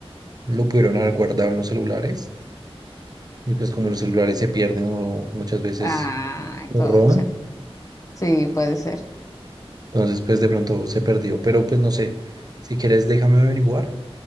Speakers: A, on the right; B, on the left.
A: lo pudieron haber guardado en los celulares. Y pues como los celulares se pierden o muchas veces
B: Ah,
A: los
B: concha.
A: roban,
B: Sí, puede ser.
A: entonces pues de pronto se perdió. Pero pues no sé, si quieres déjame averiguar.